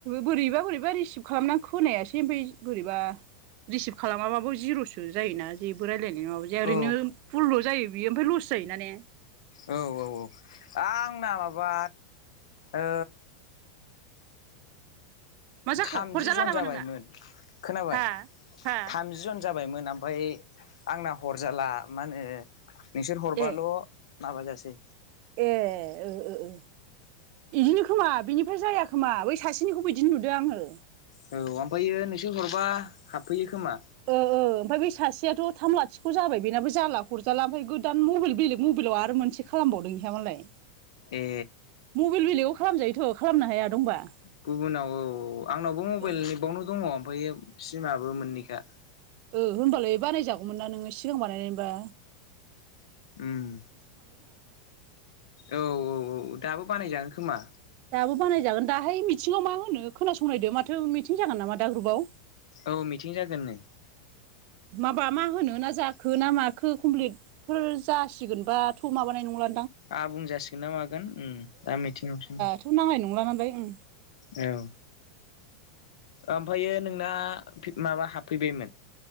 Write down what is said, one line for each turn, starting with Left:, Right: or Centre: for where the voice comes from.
Right: बोरैबा बोरैबा रिसिभ खालामनानै खोनायासै ओमफाय बोरैबा रिसिभ खालामाबाबो जिर'सो जायोना जेबो रायलायनाय माबा जाया ओरैनो
Left: औ
Right: फुलल' जायो बियो ओमफाय लस जायोना ने?
Left: औ औ औ आंना माबा ओ
Right: मा जाखो
Left: थामजि
Right: हरजाला
Left: जन
Right: नामा
Left: जाबायमोन,
Right: नोंना
Left: खोनाबाय
Right: हा हा
Left: थामजि जन जाबायमोन। आमफाय आंना हरजाला मा होनो नोंसोर हरबाल'
Right: ए
Left: माबाजासै।
Right: ए ओ ओ ओ इदिनो खोमा बिनिफ्राय जाया खोमा, बै सासेनिखौबो इदिनो नुदो आङो।
Left: औ ओमफायो नोंसोर हरबा हाबफैयो। खोमा
Right: ओ ओ ओमफाय बै सासेया थ' थाम लाथिख' जाबाय बेनाबो जाला हरजाला ओमफाय गोदान मबेल बेलेग मबेलाव आरो मोनसे खालामबावदों इहा मालाय।
Left: ए।
Right: बेल बेलेगाव खालामजायोथ' खालामनो हाया दंबा।
Left: गुबुनाव औ औ आंनावबो मबेल
Right: ओ
Left: नैबावनो दङ ओमफायो सिमाबो मोननैखा।
Right: ओ होमबालाय बानायजागौमोन ना नोङो सिगां बानायनाय मोनबा।
Left: उम। औ औ औ दाबो बानायजागोन खोमा।
Right: दाबो बानायजागोन दाहाय मिथिङाव मा होनो खोनासंनायदो माथो मिथिं जागोन नामा दा ग्रुबाव।
Left: औ मिटिं जागोननो।
Right: माबा मा होनो ना जाखो ना माखो कमप्लिटफोर जासिगोनबाथ' माबानाय नंला
Left: आंबुं जासिगोन ना मागोन उम। दा मिथिङासो
Right: थ' नांनाय नंला नालाय ओं।
Left: औ। ओमफायो नोंना माबा हाबफैबायमोन?